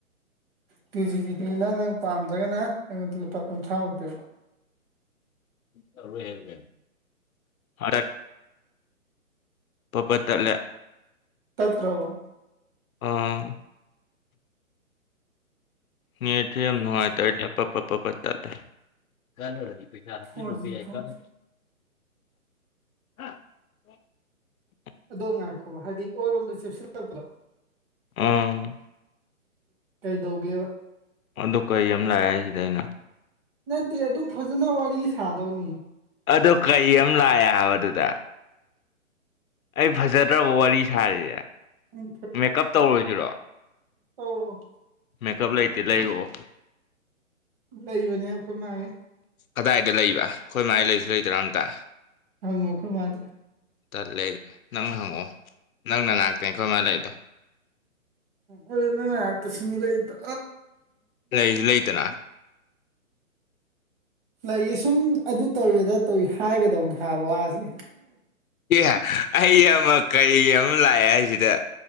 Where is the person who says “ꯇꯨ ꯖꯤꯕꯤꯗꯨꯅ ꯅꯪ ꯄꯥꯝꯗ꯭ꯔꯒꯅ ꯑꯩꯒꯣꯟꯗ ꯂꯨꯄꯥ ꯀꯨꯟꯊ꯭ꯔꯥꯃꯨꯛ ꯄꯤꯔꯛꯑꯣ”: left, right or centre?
Right